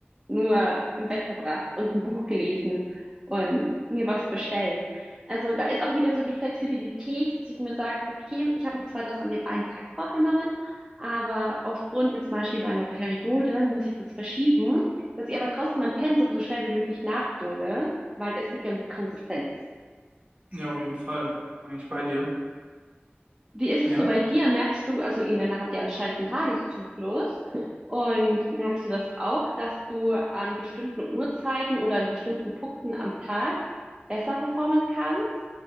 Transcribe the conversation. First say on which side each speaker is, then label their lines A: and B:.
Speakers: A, on the right; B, on the right.
A: nur im Bett verbracht und ein Buch gelesen und mir was bestellt. Also da ist auch wieder so die Flexibilität, dass ich mir sage, okay, ich habe mir zwar das an dem einen Tag vorgenommen, aber aufgrund jetzt zum Beispiel meiner Periode muss ich das verschieben, dass ich aber trotzdem mein Pensum so schnell wie möglich nachhole, weil es geht ja um die Konsistenz.
B: Ja, auf jeden Fall. Da bin ich bei dir.
A: Wie ist es
B: Ja.
A: so bei dir? Merkst du, also ihr Männer habt ja anscheinend einen Tageszyklus und merkst du das auch, dass du an bestimmten Uhrzeiten oder an bestimmten Punkten am Tag besser performen kannst?